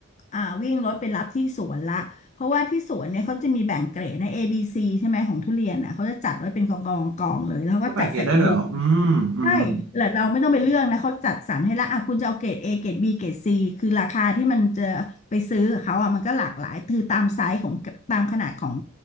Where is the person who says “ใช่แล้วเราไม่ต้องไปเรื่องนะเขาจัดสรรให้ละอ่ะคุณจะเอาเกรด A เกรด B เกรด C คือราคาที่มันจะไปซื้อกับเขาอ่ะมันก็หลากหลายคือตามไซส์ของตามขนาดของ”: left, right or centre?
Left